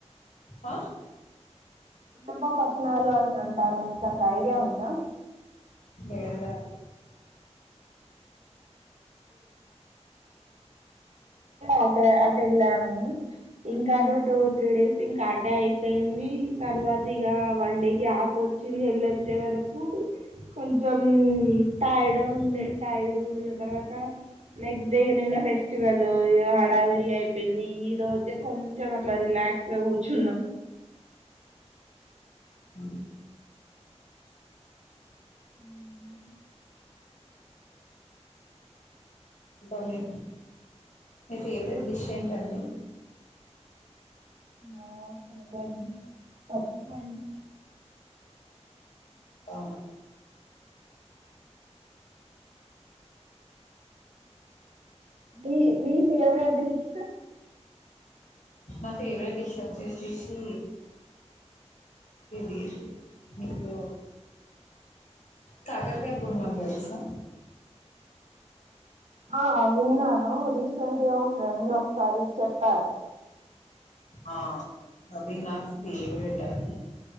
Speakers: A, on the left; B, on the right.
A: అ
B: బ్బపట్నాలు అని అంటారు మీక అంత ఐడియా ఉందా
A: లేేదండి
B: అట అటెలాము ఇంకాటో టూ త్రీ డేస్ ఇంకా అడానే అయిపోయింది తర్వాత ఇగ వన్ డే గ్యాప్ వచ్చింది వెళ్ళొచ్చే వరకు కొంచెం టైడ ఉండే టైడ్ ఉన్న తర్వాత నెక్స్ట్ డే నిన్న ఫెస్టివల్ హడావిడి అయిపోయింది ఈ రో కొంచం అట్ల రిలాక్స్గా కూర్చున్న
A: ఉహ్మ్
B: ఉమ్
A: ఇంకా మీ ఫేవరెట్ డిష్ ఏంటండి
B: <inaudible>
A: ఆ
B: మీ మి ఫేవరెట్ డిష్
A: నా ఫేవరెట్ డిష్ వచ్చేచేసి ఇది ఇదో కాకరకాయ పూర్ణం తెల్సా
B: ఆ విన్నాను రీసెంట్గా మా ఫ్రెండ్ ఒకసారి చెప్పారు
A: ఆ అది నా ఫేవరెట్ అని